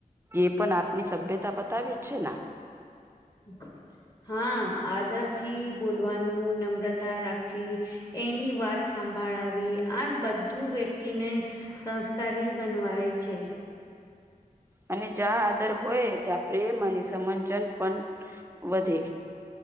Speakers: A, on the right; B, on the left.
A: એ પણ આપની સભ્યતા બતાવે જ છે ને
B: હ હા આદરથી બોલવાનું નમ્રતા રાખવી એની વાત સંભળાવી આમ બધું વ્યક્તિને સંસ્કારી બનવાય છે
A: અને જ્યાં આદર હોય ત્યાં પ્રેમ અને સમંજન પણ વધે